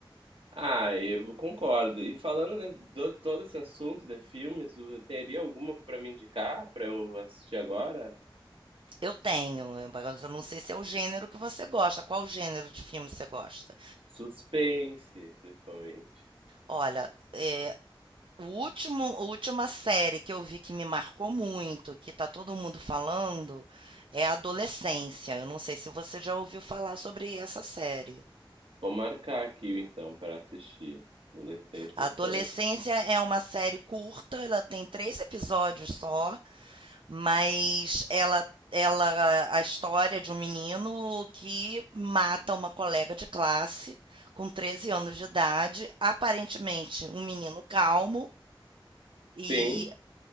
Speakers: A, on the right; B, on the right.
A: Ah, eu concordo. E falando, né, do todo esse assunto de filmes, o- teria alguma para me indicar para eu assistir agora?
B: Eu tenho, eu não sei se é o gênero que você gosta, qual gênero de filme você gosta.
A: Suspense, principalmente.
B: Olha, é, o último, a última série que eu vi que me marcou muito, que tá todo mundo falando, é Adolescência. Eu não sei se você já ouviu falar sobre essa série.
A: Vou marcar aqui então para assistir. Adolescência
B: Adolescência
A: série.
B: é uma série curta, ela tem três episódios só. Mas ela, ela, a história de um menino que mata uma colega de classe com 13 anos de idade, aparentemente um menino calmo
A: Sim.
B: e